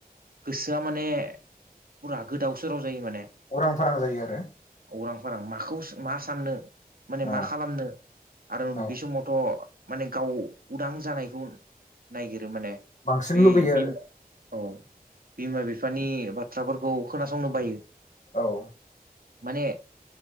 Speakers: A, on the right (about 65°); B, on the left (about 50°).
A: गोसोआ माने फुरा गोदाव सोराव जायो माने।
B: उरां फारां जायोआरो।
A: उरां फारां माखौ मा साननो माने
B: औ
A: मा खालामनो आरो
B: औ
A: बे समावथ' माने गाव उदां जानायखौ नायगिरो माने
B: बांसिन
A: बे
B: लुबैयो
A: बि
B: आरो
A: औ। बिमा बिफानि बाथ्राफोरखौ खोनासंनो बायो।
B: औ
A: माने